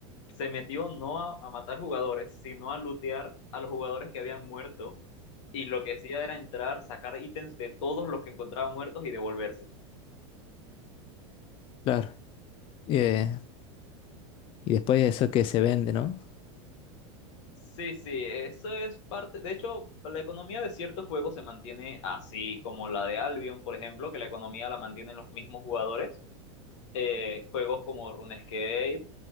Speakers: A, on the left (about 70°); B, on the left (about 35°).
A: se metió no a, a matar jugadores, sino a lootear a los jugadores que habían muerto, y lo que hacía era entrar, sacar ítems de todos los que encontraba muertos y devolverse.
B: Claro. Eh, y después eso que se vende, ¿no?
A: Sí, sí, eso es parte. De hecho, la economía de ciertos juegos se mantiene así, como la de Albion, por ejemplo, que la economía la mantienen los mismos jugadores. Eh, juegos como RuneScape